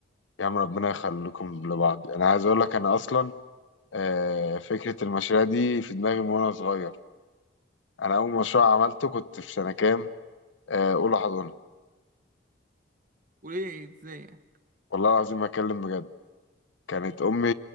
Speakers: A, on the left; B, on the right.
A: يا عم ربنا يخليكم لبعض انا عايز اقول لك انا اصلا آه، فكرة المشاريع دي في دماغي من وانا صغير انا اول مشروع عملته كنت في سنة كام آه، اولى حضانة
B: وليه ازاي يعني
A: والله العظيم ما اتكلم بجد كانت امي